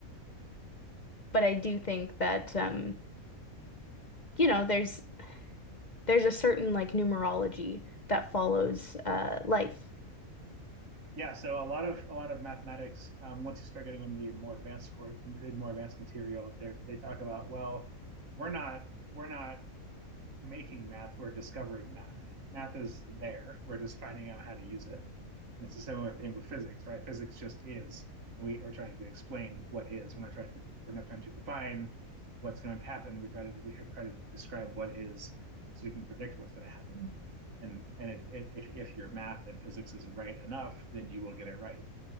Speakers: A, on the left (about 35°); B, on the right (about 65°).
A: but I do think that um, you know, there's there's a certain like numerology that follows uh life.
B: yeah, so a lot of a lot of mathematics. Um, once you start getting in the more advanced course, more advanced material, they they talk about well, we're not we're not making math, we're discovering math. Math is there. We're just finding out how to use it. And it's a similar thing with physics, right? Physics just is. And we are trying to explain what is. We're not trying to we're not trying to define what's going to happen. We try to we try to describe what is so we can predict what's going to happen. And and it, it, if if your math and physics is right enough, then you will get it right.